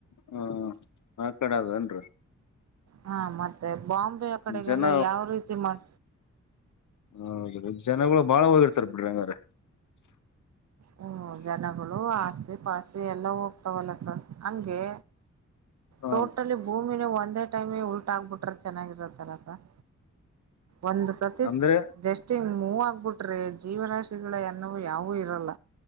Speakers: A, on the left; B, on the right.
A: ಹ್ಮ, ಆ ಕಡೆ ಅದ ನ್ರಿ
B: ಹಾ, ಮತ್ತೆ ಬಾಂಬೆ ಆಕಡೆಗೆಲ್ಲ
A: ಜನ
B: ಯಾವ ರೀತಿ ಮಾಡ
A: ಹೌದ, ಜನಗಳು ಬಾಳ ಹೋಗಿರ್ತಾರ ಬಿಡ್ರಿ ಹಂಗಾರ.
B: ಹ್ಮ ಜನಗಳು ಆಸ್ತಿ ಪಾಸ್ತಿ ಎಲ್ಲ ಹೋಗ್ತಾವಲ್ಲ ಸರ್ ಹಂಗೆ.
A: ಹ
B: ಟೋಟಲಿ ಭೂಮಿನೇ ಒಂದೇ ಟೈಮ ಉ ಬಿಟ್ರೆ ಚೆನ್ನಾಗಿರತ್ತಲ ಸಾರ್ ಒಂದ ಸತಿ
A: ಅಂದ್ರೆ
B: ಜಸ್ಟ್ ಅಷ್ಟ್ ಮೂವ್ ಆಗ್ಬಿಟ್ರೆ ಜೀವರಾಶಿಗಳ ಎನ್ನವು ಯಾವೂ ಇರಲ್ಲ.